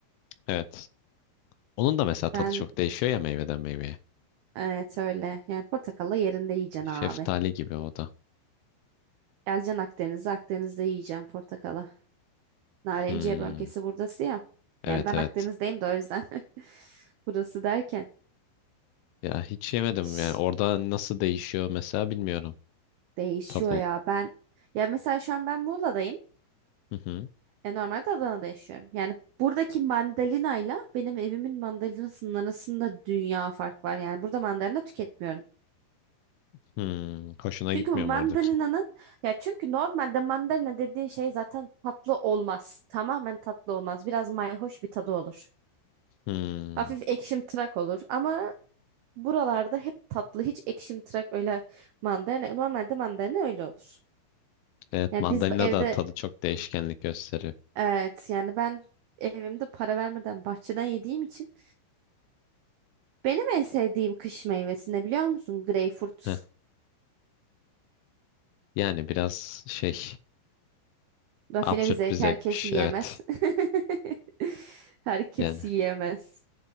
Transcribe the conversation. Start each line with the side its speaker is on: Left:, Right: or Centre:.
Left: Evet. Onun da mesela tadı
Right: Ben
Left: çok değişiyor ya meyveden meyveye.
Right: Evet öyle. Yani portakalla yerinde yiyeceksin
Left: Şeftali
Right: abi.
Left: gibi o da.
Right: Geleceksin Akdeniz'e, Akdeniz'de yiyeceksin portakala. Narenciye
Left: Hmm.
Right: bölgesi buradası ya.
Left: Evet
Right: Yani ben
Left: evet.
Right: Akdeniz'deyim de o yüzden. <laughs> Burası derken.
Left: Ya hiç yemedim
Right: Şş,
Left: yani orada nasıl değişiyor mesela bilmiyorum.
Right: değişiyor
Left: Tadı.
Right: ya. Ben ya mesela şu an ben Muğla'dayım.
Left: Hı hı.
Right: E, normalde Adana'da yaşıyorum. Yani buradaki mandalinayla benim evimin mandalinasının arasında dünya fark var. Yani burada mandalina tüketmiyorum.
Left: Hmm. Hoşuna
Right: Çünkü
Left: gitmiyor
Right: mandalina'nın
Left: mu oradaki?
Right: ya çünkü normalde mandalina dediğin şey zaten tatlı olmaz. Tamamen tatlı olmaz. Biraz mayhoş bir tadı olur.
Left: Hmm.
Right: Hafif ekşimtırak olur ama buralarda hep tatlı. Hiç ekşimtırak öyle mandalina. Normalde mandalina öyle olur.
Left: Evet
Right: Yani
Left: mandalina
Right: biz bu evde
Left: da tadı çok değişkenlik gösteriyor.
Right: evet yani ben evimde para vermeden bahçeden yediğim için benim en sevdiğim kış meyvesi ne biliyor musun? Greyfurt.
Left: Heh. Yani biraz şey
Right: Rafine
Left: absürt
Right: bir zevk
Left: bir zevkmiş
Right: herkes yiyemez.
Left: evet.
Right: <laughs> Herkes
Left: Yani
Right: yiyemez.